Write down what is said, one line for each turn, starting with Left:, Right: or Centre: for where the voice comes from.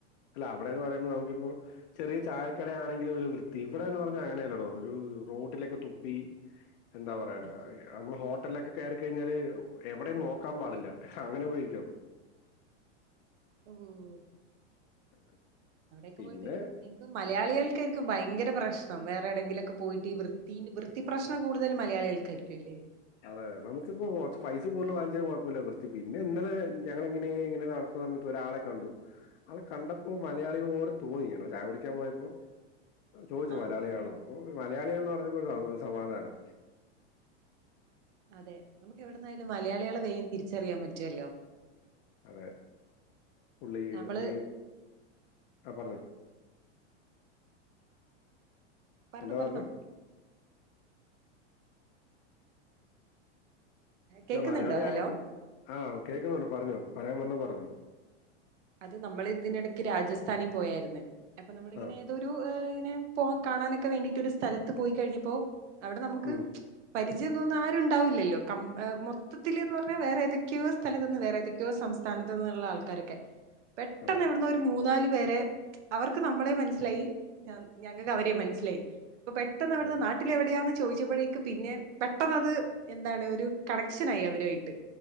Left: അല്ല അവിടെന്ന് പറയുമ്പോ നമുക്കിപ്പോ ചെറിയ ചായക്കട ആണെങ്കിലും ഒരു വൃത്തി ഇവിടെന്ന് പറഞ്ഞാ അങ്ങനെയല്ലടോ ഒരു റോട്ടിലൊക്കെ തുപ്പി എന്താ പറയാ
Right: അയ്യോ.
Left: നമ്മള് ഹോട്ടലിലൊക്കെ കയറിക്കഴിഞ്ഞാല് എവിടെം നോക്കാൻ പാടില്ല അങ്ങനെ പോയിരിക്കണം
Right: ഉം
Left: <unintelligible>
Right: അവിടെക്കെ
Left: പിന്നെ
Right: പോയിട്ട് ഇനിപ്പം മലയാളികൾക്കായിരിക്കും ഭയങ്കര പ്രശ്നം വേറെ ഏടെങ്കിലൊക്കെ പോയിട്ട് ഈ വൃത്തിന്റെ വൃത്തി ത്തി പ്രശ്നം കൂടുതലും മലയാളികൾക്കായിരിക്കും അല്ലേ
Left: അതെ നമുക്കിപ്പോ കൊറച്ച് പൈസ കൂടുതൽ വാങ്ങിച്ചാല് കൊഴപ്പില്ല വൃത്തി പിന്നെ ഇന്നലെ ഞങ്ങളിങ്ങനെ ഇങ്ങനെ നട പ്പ വന്നിട്ട് ഒരാളെ കണ്ടു ആളെ കണ്ടപ്പോ മലയാളി പോലെ തോന്നി ചായ കുടിക്കാൻ പോയപ്പോ ചോദിച്ചു
Right: ആഹ്
Left: മലയാളി ആണോ അപ്പൊ മലയാളി എന്ന് പറഞ്ഞപ്പോ ഒരു സന്തോ സമാധാനം
Right: അതെ നമുക്ക് എവിടുന്നായാലും മലയാളികളെ വേം തിരിച്ചറിയാൻ പറ്റുവല്ലോ
Left: അതെ. പുള്ളി
Right: നമ്മള്
Left: ഈ ആഹ് പറഞ്ഞോ
Right: പർണു
Left: എന്താ
Right: പർണോ
Left: പറഞ്ഞെ അല്ല
Right: കേക്കുന്നുണ്ടോ
Left: മലയാളി ആയിരുന്നു
Right: ഹലോ
Left: ആഹ് കേൾക്കുന്നുണ്ട് പറഞ്ഞോ പറയാൻ വന്നത് പറഞ്ഞോ
Right: അത് നമ്മൾ ഇതിന് എടക്ക് രാജസ്ഥാനി പോയായിരുന്നെ അപ്പൊ നമ്മളിങ്ങനെ
Left: ആഹ്
Right: തൊരു ഏഹ് ഇങ്ങനെ പോകാൻ കാണാനൊക്കെ വേണ്ടിട്ടൊരു സ്ഥലത്ത് പോയി കഴിഞ്ഞപ്പോ അവിടെ നമുക്ക്
Left: ഉം
Right: പരിചയം തോന്നുന്ന ആരും ഉണ്ടാവില്ലല്ലോ കം മൊത്തത്തില് ന്ന് പറഞ്ഞാ വേറെ ഏതൊക്കെയോ സ്ഥലത്ത് നിന്ന് വേറെ ഏതൊക്കെയോ സംസ് സ്ഥാനത്ത് നിന്നുള്ള ആൾക്കാരൊക്കെ പെട്ടെന്ന്
Left: അതെ
Right: എവിടെന്നോ ഒരു മൂന്നാല് പേരെ അവർക്ക് നമ്മളെം മനസ്സിലായി ഞങ്ങൾക്ക് അവരേം മനസ്സിലായി അപ്പ പെട്ടെന്നവിടെന്ന്
Left: അത് ശ
Right: നാട്ടില് എവിടെയാന്ന് ചോയിച്ചപ്പഴേക്കും പിന്നെ പെട്ടന്നത് എന്താണ് ഒരു കണക്ഷനായി അവരു ആയിട്ട്